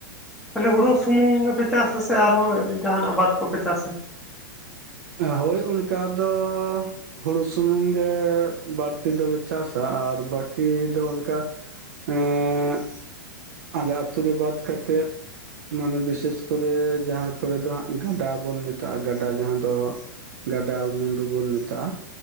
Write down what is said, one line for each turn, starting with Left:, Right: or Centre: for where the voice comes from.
Centre: ᱠᱷᱟᱹᱞᱤ ᱦᱩᱲᱩ ᱥᱩᱢᱩᱝ ᱜᱮᱯᱮ ᱪᱟᱥᱟ ᱥᱮ, ᱟᱨᱦᱚᱸ ᱡᱟᱦᱟᱱᱟᱜ ᱟᱵᱟᱫᱽ ᱠᱚᱯᱮ ᱪᱟᱥᱟ?
Right: ᱦᱳᱭ ᱚᱱᱠᱟ ᱫᱚᱻ ᱦᱩᱲᱩ ᱥᱩᱢᱩᱝ ᱜᱮ ᱵᱟᱹᱲᱛᱤ ᱫᱚᱞᱮ ᱪᱟᱥᱟ᱾ ᱟᱨ ᱵᱟᱠᱤ ᱫᱚ ᱚᱱᱠᱟᱼᱼ ᱮᱸ ᱟᱞᱮ ᱟᱹᱛᱩ ᱨᱮ ᱵᱟᱫ ᱠᱟᱛᱮᱜᱼᱼ ᱢᱟᱱᱮ ᱵᱤᱥᱮᱥ ᱠᱚᱨᱮ ᱡᱟᱦᱟᱸ ᱠᱚᱨᱮ ᱫᱚ ᱦᱟᱸᱜ ᱜᱟᱰᱟ ᱵᱚᱱ ᱢᱮᱛᱟᱜᱼᱟ᱾ ᱜᱟᱰᱟ ᱡᱟᱦᱟᱸᱼᱼ ᱫᱚ ᱜᱟᱰᱟ ᱢᱩᱰᱩ ᱵᱚᱱ ᱢᱮᱛᱟᱜᱼᱟ᱾